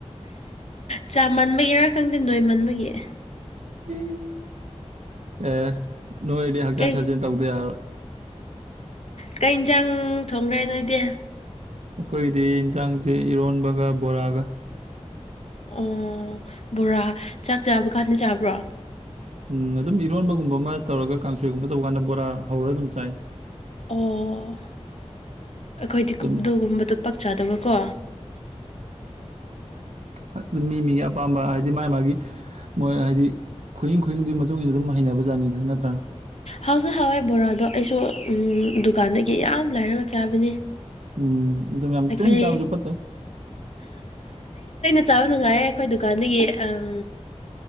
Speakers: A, on the left (about 65°); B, on the right (about 75°).
A: ꯆꯥꯃꯟꯕꯒꯤꯔꯥ ꯈꯪꯗꯦ ꯅꯣꯏ ꯃꯟꯕꯒꯤ
B: ꯑꯦ ꯑꯦ ꯅꯣꯏꯗꯤ ꯍꯛꯆꯥꯡ
A: ꯀꯩ
B: ꯁꯥꯖꯦꯟ ꯇꯧꯗ ꯌꯥꯕ
A: ꯀꯩ ꯌꯦꯟꯁꯥꯡ ꯊꯣꯡꯈ꯭ꯔꯦ ꯅꯣꯏꯗꯤ
B: ꯑꯩꯈꯣꯏꯒꯤꯗꯤ ꯏꯟꯁꯥꯡꯁꯦ ꯏꯔꯣꯟꯕꯒ ꯕꯣꯔꯥꯒ
A: ꯑꯣ ꯕꯣꯔꯥ ꯆꯥꯛ ꯆꯥꯕ ꯀꯥꯟꯗ ꯆꯥꯕ꯭ꯔꯣ
B: ꯎꯝ ꯑꯗꯨꯝ ꯏꯔꯣꯟꯕꯒꯨꯝꯕ ꯑꯃ ꯇꯧꯔꯒ ꯀꯥꯡꯁꯣꯏꯒꯨꯝꯕ ꯇꯧꯀꯥꯟꯗ ꯕꯣꯔꯥ ꯍꯧꯔꯒ ꯑꯗꯨꯝ ꯆꯥꯏ
A: ꯑꯣꯝ ꯑꯩꯈꯣꯏꯗꯤꯨꯞꯗꯣꯒꯨꯝꯕꯗꯨꯣ
B: ꯑꯗꯨꯝ
A: ꯄꯥꯛ ꯆꯥꯗꯕꯀꯣ
B: ꯑꯗꯨ ꯃꯤ ꯃꯤꯒꯤ ꯑꯄꯥꯝꯕ ꯍꯥꯏꯗꯤ ꯃꯥꯥꯏ ꯃꯥꯒꯤ ꯃꯣꯏ ꯍꯥꯏꯗꯤ ꯈꯨꯏꯡ ꯈꯨꯗꯤꯡꯗꯨꯒꯤ ꯃꯇꯨꯡ ꯏꯟꯅ ꯑꯗꯨꯝ ꯍꯩꯅꯕꯖꯥꯠꯅꯤꯗ ꯅꯠꯇ꯭ꯔꯥ
A: ꯍꯥꯎꯁꯨꯛ ꯍꯋꯥꯏ ꯕꯣꯔꯥꯗꯣ ꯑꯩꯁꯨ ꯗꯨꯀꯥꯟꯗꯒꯤ ꯌꯥꯝ ꯂꯥꯏꯔꯒ ꯆꯥꯕꯅꯦ
B: ꯎꯝ ꯑꯗꯨꯝ ꯌꯥꯝ
A: ꯑꯩꯈꯣꯏ
B: ꯇꯣꯏꯅ ꯆꯥꯕꯁꯨ ꯐꯠꯇꯦ
A: ꯞ ꯆꯥꯕ ꯅꯨꯡꯉꯥꯏꯌꯦ ꯑꯩꯈꯣꯏ ꯗꯨꯀꯥꯟꯗꯒꯤ ꯎꯝ